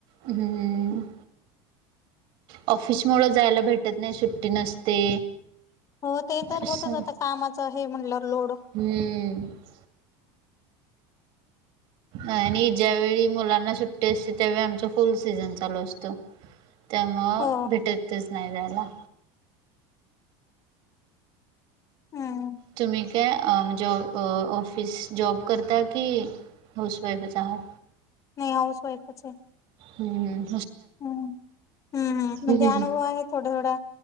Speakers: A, on the right; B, on the left.
A: हम्म ऑफिस मुळे जायला भेटत नाही सुट्टी नसते.
B: हो ते तर
A: असं
B: होतच आता कामाच हे म्हटल्यावर लोड.
A: हम्म आणि ज्यावेेळी मुलांना सुट्टी असते, त्यावेळी आमचा फुल सीझन चालू असतो.
B: <inaudible>
A: त्यामुळं
B: हो
A: भेटतच नाय जास्तं.
B: हम्म
A: तुम्ही काय आ म्हणजे जॉ ऑफिस जॉब करता की. हाऊस वाईफच आहात.
B: नाही हाऊसवाफच आहे.
A: हम्म हम
B: हम्म हम् हम् म्हणजे
A: हम्म
B: अनुभव आहे थोडा थोडा.